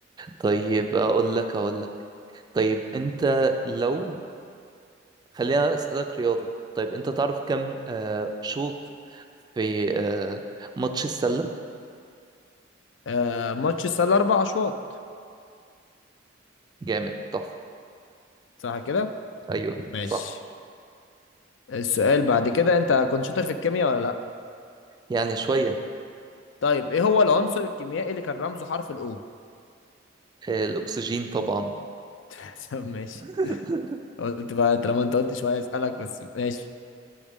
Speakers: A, on the right; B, on the left.
A: طيب اقول لك اقول لك طيب انت لو خلينا اسالك رياضة طيب انت تعرف كم آه شوط في آه ماتش السلة
B: آه ماتش السله اربع اشواط
A: جامد تحفة
B: صح كده
A: ايوه
B: ماشي
A: صح
B: السؤال بعد كده انت كنت شاطر في الكيمياء ولا لا
A: يعني شوية
B: طيب ايه هو العنصر الكيميائي اللي كان رمزه حرف الاو
A: آه الاكسجين طبعا
B: <laughs> طب ماشي
A: <laughs>
B: قلت بقى طالما انت قلت شويه اسالك بس ماشي